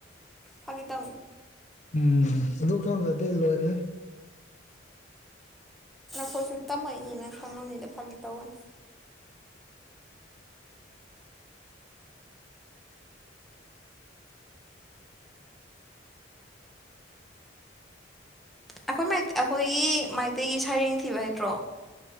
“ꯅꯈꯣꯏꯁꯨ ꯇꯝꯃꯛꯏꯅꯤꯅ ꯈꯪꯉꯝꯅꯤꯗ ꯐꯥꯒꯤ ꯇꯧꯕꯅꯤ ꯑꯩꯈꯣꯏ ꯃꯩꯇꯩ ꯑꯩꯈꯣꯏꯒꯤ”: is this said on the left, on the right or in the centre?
Centre